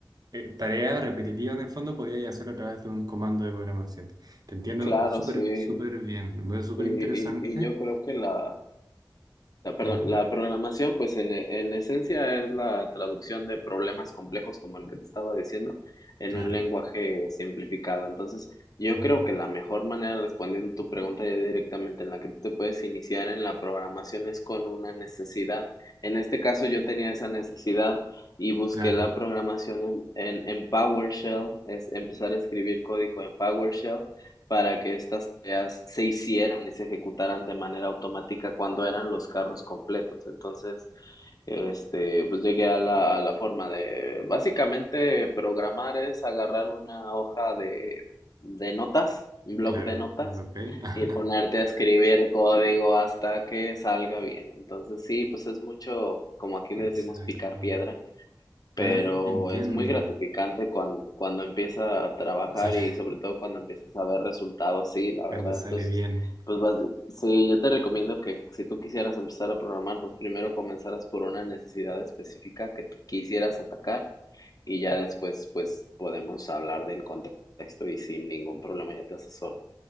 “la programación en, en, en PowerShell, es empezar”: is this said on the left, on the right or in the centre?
Left